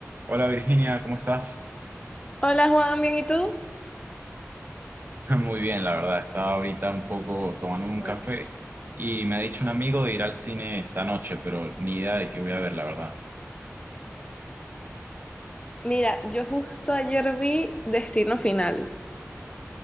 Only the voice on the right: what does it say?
Hola Virginia, ¿cómo estás?
<laughs> Muy bien, la verdad. Estaba ahorita un poco tomando un
café y me ha dicho un amigo de ir al cine esta noche, pero ni idea de qué voy a ver, la verdad.